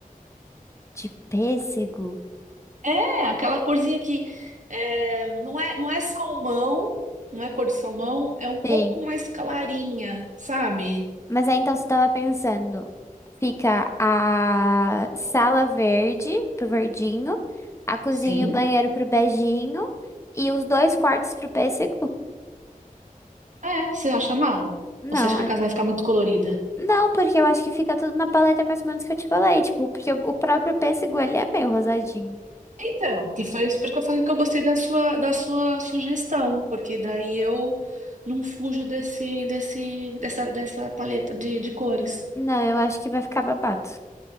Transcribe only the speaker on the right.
É, aquela corzinha que é, não é, não é salmão, não é cor de salmão, é um pouco
mais clarinha, sabe?
Sim.
É, você acha mal?
Ou você acha que
a casa vai ficar muito colorida?
Então, porque foi isso porque eu falei que eu gostei da sua, da sua sugestão, porque daí eu não fujo desse, desse, dessa, dessa paleta de, de cores,